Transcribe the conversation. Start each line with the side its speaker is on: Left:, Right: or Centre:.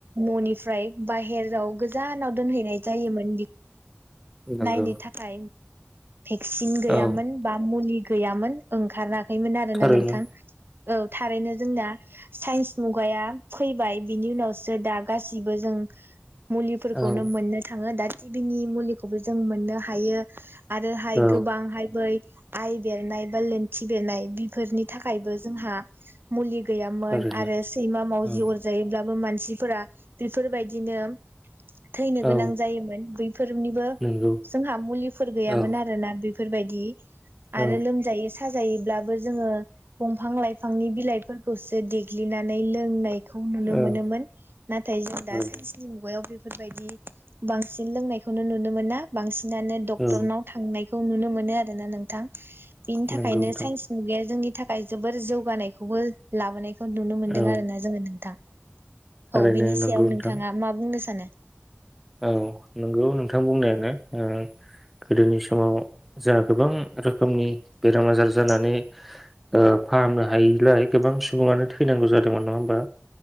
Right: मनि ओमफ्राय बाहेराव गोजानाव दोनहैनाय जायोमोन बि
Centre: नंगौ
Right: नायनो थाखाय भेक्सिन गैयामोन
Centre: औ
Right: बा मुलि गैयामोन ओंखारना खैमोन आरो
Centre: थारैनो
Right: ना नोंथां औ थारैनो जोंना साइन्स मुगाया फैबाय बिनि उनावसो दा गासिबो जों मुलिफोरखौनो
Centre: औ
Right: मोननो थाङो दा बिनि मुलि खौबो जों मोननो हायो आरोहाय
Centre: औ
Right: गोबांहाय बै आइ बेरनाय बा लेन्थि बेरनाय बेफोरनि थाखायबो जोंहा मुलि गैयामोन
Centre: थारैनो
Right: आरो सैमा मावजि
Centre: औ
Right: अर जायोब्ला मानसिफोरा बेफोरबायदिनो थैनो
Centre: औ
Right: गोनां जायोमोन बैफोरनिबो जोंहा
Centre: नंगौ
Right: मुलिफोर गैयामोन
Centre: औ
Right: आरोना। बेफोरबायदि आरो
Centre: औ
Right: लोमजायो साजायोब्लाबो जोङो दंफां लाइफांनि बिलाइफोरखौसो देग्लिनानै लोंनाय खौ नुनो
Centre: औ
Right: मोनोमोन नाथाय जों
Centre: थारैनो
Right: दा साइन्सनि मुगायाव बे बेफोरबायदि बांसिन लोंनायखौनो नुनो मोना बांसिन नानो डक्टरनाव
Centre: औ
Right: थांनाय खौ नुनो मोनो आरोना नोंथां। बिनि थाखायनो
Centre: नंगौ नोंथां
Right: साइन्स मुगाया जोंनि थाखाय जोबोर जौ बानायखौबो लाबोनायखौ नुनो मोनदों
Centre: औ
Right: आरोना जोङो नोंथां
Centre: थारैनो
Right: औ बिनि
Centre: नंगौ
Right: सायाव
Centre: नोंथां
Right: नोंथाङा मा बुंनो सा सानो?
Centre: औ नंगौ नोंथां बुंनायानो ओ गोदोनि समाव जोंहा गोबां रोखोमनि बेराम आजार जानानै ओ फाहामनो हायिलाय गोबां सुबुङानो थैनांगौ जादोंमोन नङा होमबा?